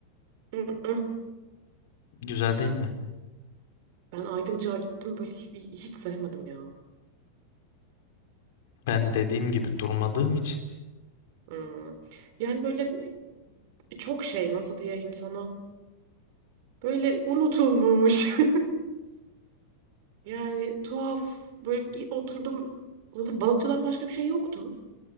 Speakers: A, on the right; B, on the left.
A: Mm-mm.
B: Güzel değil mi?
A: Ben Aydıncık'a gittim böyle hi- hiç, sevmedim ya.
B: Ben dediğim gibi durmadığım için.
A: Hmm. Yani böyle çok şey nasıl diyeyim sana. Böyle unutulmuş. <laughs> Yani tuhaf. Böyle gi- oturdum. Zaten balıkçıdan başka bir şey yoktu.